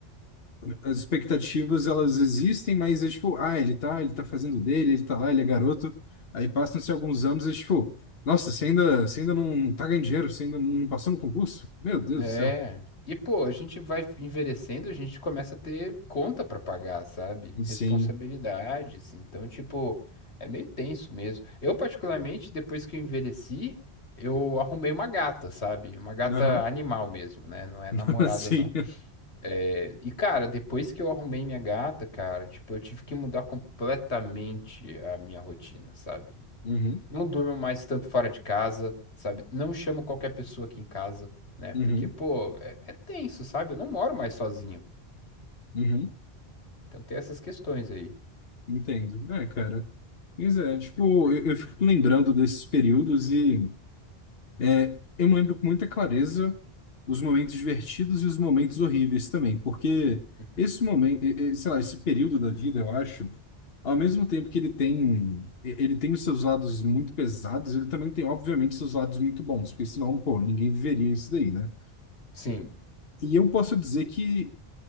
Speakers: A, on the left (about 65°); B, on the left (about 90°).
A: as expectativas elas existem, mas é tipo, ah, ele tá, ele tá fazendo o dele, ele tá lá, ele é garoto. Aí passam-se alguns anos e é tipo, nossa, você ainda, você ainda não tá ganhando dinheiro, você ainda não passou no concurso? Meu Deus
B: É.
A: do céu.
B: E, pô, a gente vai envelhecendo, a gente começa a ter conta pra pagar, sabe?
A: Sim.
B: Responsabilidades. Então, tipo, é meio tenso mesmo. Eu, particularmente, depois que eu envelheci, eu arrumei uma gata, sabe? Uma gata
A: Aham.
B: animal mesmo, né? Não é
A: <laughs>
B: namorada,
A: Sim.
B: não. É, E, cara, depois que eu arrumei minha gata, cara, tipo, eu tive que mudar completamente a minha rotina, sabe?
A: Uhum.
B: Não durmo mais tanto fora de casa, sabe? Não chamo qualquer pessoa aqui em casa, né?
A: Uhum.
B: Porque, pô, é, é tenso, sabe? Eu não moro mais sozinho.
A: Uhum.
B: Então tem essas questões aí.
A: Entendo. É, cara. Mas é, tipo, eu, eu fico lembrando desses períodos e É, eu me lembro com muita clareza os momentos divertidos e os momentos horríveis também, porque
B: Uhum.
A: esse momento, e- e- sei lá, esse período da vida, eu acho, ao mesmo tempo que ele tem, e- ele tem os seus lados muito pesados, ele também tem, obviamente, seus lados muito bons, porque senão, pô, ninguém viveria isso daí, né?
B: Sim.
A: E eu posso dizer que